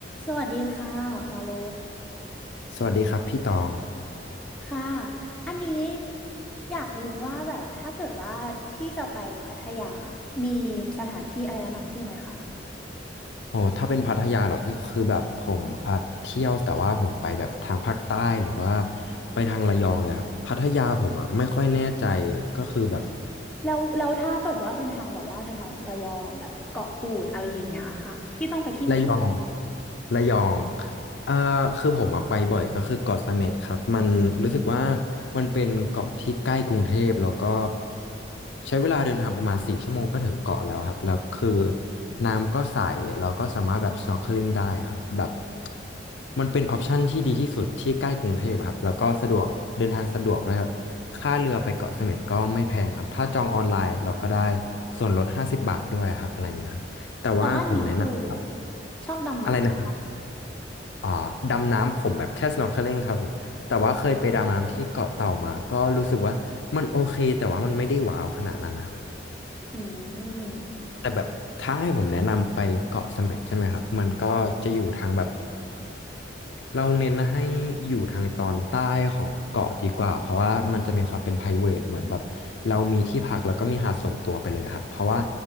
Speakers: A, in the centre; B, on the left.
A: สวัสดีค่ะวาโล
B: สวัสดีครับพี่ตอง
A: ค่ะอันนี้อยากรู้ว่าแบบถ้าเกิดว่าพี่จะไปพัทยามีสถานที่อะไรแนะนำพี่ไหมคะ
B: โอ้ถ้าเป็นพัทยาเหรอพี่ คือแบบผมอ่ะเที่ยวแต่ว่าผมไปแบบทางภาคใต้หรือว่าไปทางระยองเลยครับ พัทยาผมอ่ะไม่ค่อยแน่ใจก็คือแบบ
A: แล้วแล้วถ้าเปิดว่าเป็นทางแบบว่าแถวๆระยองแบบเกาะกูดอะไรอย่างเงี้ยค่ะพี่ต้องไปที่ไหน
B: ระยองระยองเอ่อคือผมอะไปบ่อยก็คือเกาะเสม็ดครับมันรู้สึกว่ามันเป็นเกาะที่ใกล้กรุงเทพแล้วก็ใช้เวลาเดินทางประมาณสี่ชั่วโมงก็ถึงเกาะแล้วครับแล้วคือน้ำก็ใสเราก็สามารถแบบ snorkeling ได้ครับแบบมันเป็นออปชันที่ดีที่สุดที่ใกล้กรุงเทพอะครับแล้วก็สะดวกเดินทางสะดวกด้วยครับค่าเรือไปเกาะเสม็ดก็ไม่แพงครับถ้าจองออนไลน์เราก็ได้ส่วนลดห้าสิบบาทด้วยครับอะไรเงี้ยครับแต่ว่าผมแนะนำ
A: แล้วอันนี้คือชอบดำน้ำด้วยเหรอคะ
B: อะไรนะครับอ่าดำน้ำผมแบบแค่ snorkeling ครับผม แต่ว่าเคยไปดำน้ำที่เกาะเต่ามาก็รู้สึกว่ามันโอเคแต่ว่ามันไม่ได้ว้าวขนาดนั้นนะครับ
A: อืม
B: แต่แบบถ้าให้ผมแนะนำไปเกาะเสม็ดใช่ไหมครับ มันก็จะอยู่ทางแบบ เราเน้นให้อยู่ทางตอนใต้ของเกาะดีกว่าเพราะว่ามันจะมีความเป็น private เหมือนแบบเรามีที่พักแล้วก็มีหาดส่วนตัวไปเลยครับเพราะว่า